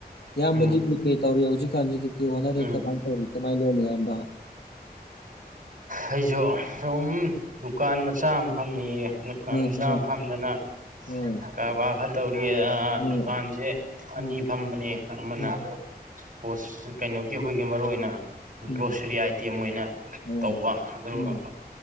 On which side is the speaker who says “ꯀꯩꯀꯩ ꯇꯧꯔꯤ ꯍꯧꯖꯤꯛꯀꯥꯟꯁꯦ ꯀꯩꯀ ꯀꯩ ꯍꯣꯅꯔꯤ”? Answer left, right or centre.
Left